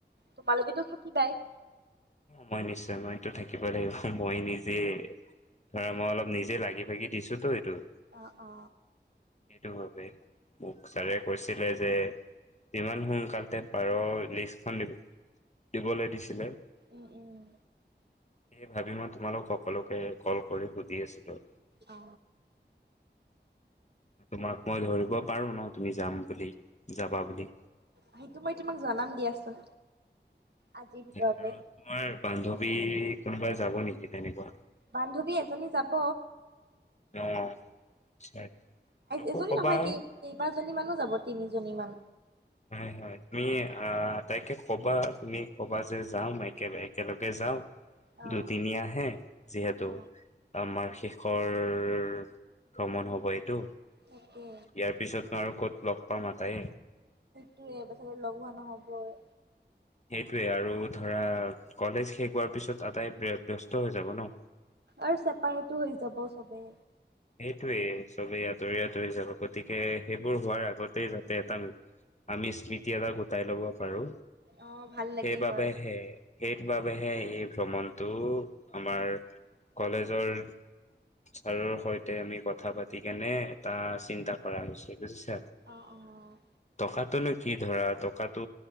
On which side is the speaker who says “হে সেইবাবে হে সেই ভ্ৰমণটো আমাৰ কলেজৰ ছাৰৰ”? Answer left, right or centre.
Left